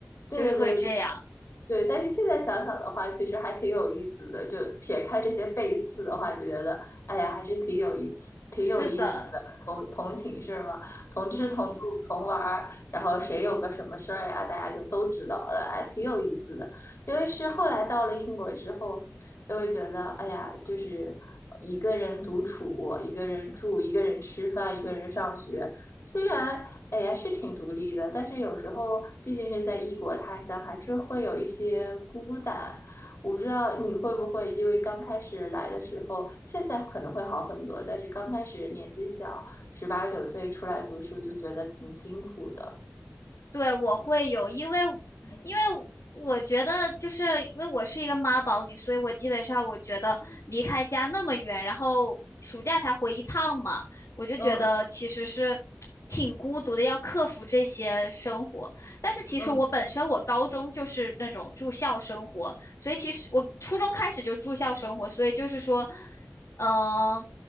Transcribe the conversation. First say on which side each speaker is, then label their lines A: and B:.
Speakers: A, on the left (about 65°); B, on the left (about 80°).
A: 对对对
B: 就是会这样。
A: 对，但是现在想想的话，其实还挺有意思的。就撇开这些背刺的话，就觉得哎呀，还是挺有意思，挺有意思的。
B: 是的，
A: 同同寝室嘛，同吃同住同玩儿，
B: 嗯。
A: 然后谁有个什么事儿呀，大家就都知道了，还挺有意思的。因为是后来到了英国之后，就会觉得哎呀，就是一个人独处，一个人住，一个人吃饭，一个人上学，虽然哎呀，是挺独立的，但是有时候毕竟是在异国他乡，还是会有一些孤单。我不知道你会不会，因为刚开始来的时候，现在可能会好很多，但是刚开始年纪小，十八九岁出来读书就觉得挺辛苦的。
B: 对，我会有，因为因为我觉得，就是因为我是一个妈宝女，所以我基本上我觉得离开家那么远，然后暑假才回一趟嘛，我就觉得其实是挺孤独的，
A: 嗯
B: 要克服这些生活。但是其实我本身我高中就是那种住校生活，
A: 嗯，
B: 所以其实我初中开始就住校生活，所以就是说，呃，